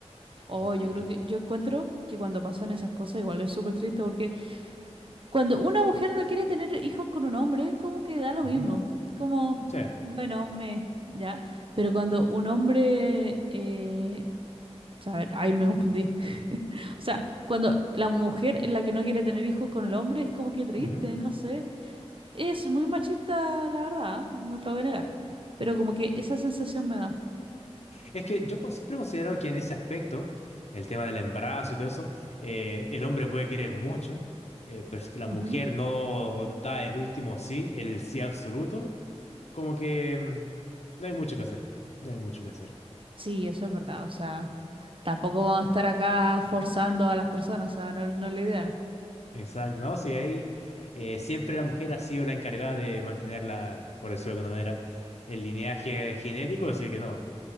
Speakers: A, on the right (about 50°); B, on the left (about 75°).
A: Oh,
B: menos
A: yo
B: mal
A: creo
B: que
A: que,
B: no.
A: yo encuentro que cuando pasan esas cosas igual es súper triste porque Cuando una mujer no quiere tener hijos con un hombre, como que da lo
B: Ujú.
A: mismo. Como,
B: Sí.
A: bueno, me, ya. Pero cuando un hombre, eh, a ver, ahí me confundí. <laughs> O sea, cuando la mujer es la que no quiere tener hijos con el hombre, es como que triste,
B: Ujú.
A: no sé. Es muy machista, la verdad, no te lo voy a negar. Pero como que esa sensación me da.
B: Es que yo co- siempre he considerado que en ese aspecto, el tema del embarazo y todo eso, eh, el hombre puede querer mucho, eh, pero si que la
A: Ujú.
B: mujer no da el último sí, el sí absoluto, como que mm, no hay mucho que hacer, no hay mucho que hacer.
A: Sí, eso es verdad. O sea, tampoco vamos a estar acá forzando a las personas. O sea, no, no es la idea.
B: Exacto, no, sí, ahí eh, siempre la mujer ha sido la encargada de mantener la, por decirlo de alguna manera, el lineaje genético, así que no.